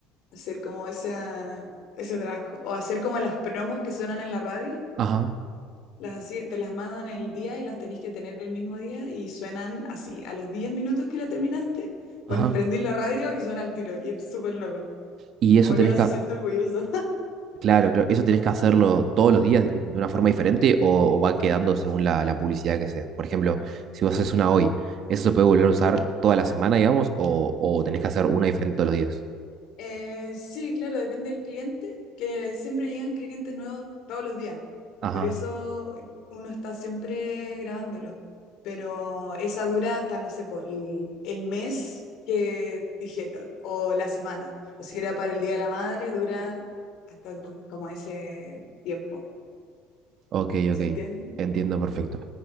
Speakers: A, on the left; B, on the right.
A: hacer como esa, ese trabajo, o hacer como las promos que suenan en la radio.
B: ajá,
A: Las así, te las mandan el día y las tenés que tener el mismo día y suenan así. A los 10 minutos que la terminaste, pon-
B: ajá.
A: prendí la radio y suena al tiro. Y es súper loco.
B: ¿Y
A: Como
B: eso tenés
A: que uno
B: que,
A: se siente orgulloso.
B: Claro, claro. ¿Eso tenés que hacerlo todos los días de una forma diferente o, o van quedando según la, la publicidad que sea? Por ejemplo, si vos haces una hoy, ¿eso se puede volver a usar toda la semana, digamos, o, o tenés que hacer una diferente todos los días?
A: Eh, sí, claro, depende del cliente, que siempre llegan clientes nuevos todos los días.
B: Ajá,
A: Por eso uno está siempre grabándolo. Pero esa dura hasta, no sé, por el, el mes que dijeron, o la semana. O si era para el Día de la Madre, dura hasta como ese tiempo.
B: ok,
A: ¿Se
B: ok.
A: entiende?
B: Entiendo perfecto.